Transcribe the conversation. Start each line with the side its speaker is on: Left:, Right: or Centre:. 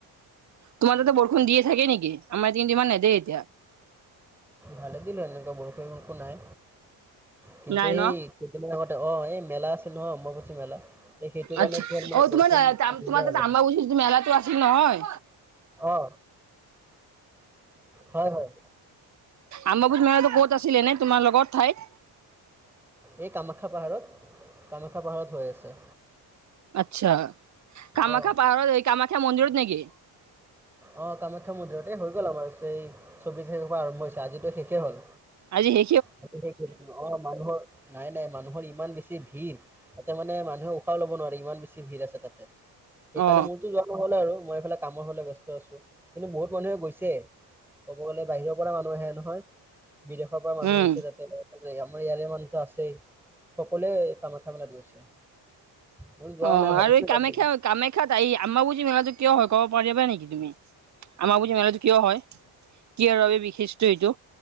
Right: তোমাৰ তাতে বৰষুণ দিয়ে থাকে নেকি আমাৰতিয়া কিন্তু ইমান নেদে এতিয়া
Centre: ভালে দিলো এনেকুৱা বৰষু বকো নাই। কিন্তু
Right: নাই
Centre: সেই
Right: ন
Centre: কেইদিনমান আগতে অ এই মেলা আছিল নহয় অম্বুচী মেলা। এ সেইটো কাৰণে
Right: আচ্ছা
Centre: কি হল মানে
Right: অ
Centre: বৰষুণ
Right: তোমাৰ
Centre: দিলে
Right: তোমাৰ তাতে
Centre: আৰু।
Right: আম্বাবুচি যিটো মেলাটো আছিল নহয়
Centre: অ হয় হয়।
Right: আম্বাবুজ মেলটো ক'চ আছিলে নাই তোমাৰ লগত ঠাইত।
Centre: এই কামাখ্যাপাহাৰত কামাখ্যাপাহাৰত হৈ আছে।
Right: আচ্ছা কামাখ্যা
Centre: অ
Right: পাহ কামাখ্যা মঞজিুৰত নেকি।
Centre: অ কামাখ্যা মন্দিৰত এই হৈ গ'ল আমাৰ এই চৌবিশ তাৰিখৰ পৰা আৰম্ভ হৈছে আজিতো শেষেই হ'ল।
Right: আজ হে
Centre: অ মানুহৰ নাই নাই মানুহৰ ইমান বেছি ভিৰ। মানে মানুহে উশাহও লব নোৱাৰে ইমান বেছি ভিৰ আছে তাতে সেইকাৰণে
Right: অ
Centre: মোৰতো যোৱা নহ'ল আৰু। মই এইফালে কামৰ হলে ব ব্যস্ত আছো কিন্তু বহুত মানুহে গৈছে। ক'ব গ'লে বাহিৰৰ পৰা মানুহ আহে নহয় বিদেশৰ পৰা মানুহ
Right: উম
Centre: আহিছে। তাতে আমাৰ ইয়াৰে মানুহো আছেই সকলোৱে কামাখ মেলা গৈছে। মোৰ যোৱা
Right: অ
Centre: নাই ভাবিছিলো
Right: আৰু এই
Centre: যাম
Right: কামাখ্যা
Centre: বুলি
Right: কামাখ্যাত এই আম্বাবুজী মেলাটো কিয় হয় কব পাৰিবা নেকি তুমিয়েই আমাক বুজি মেলটো উকিয় হয় কি আৰু বাবে বিশিষ এইটো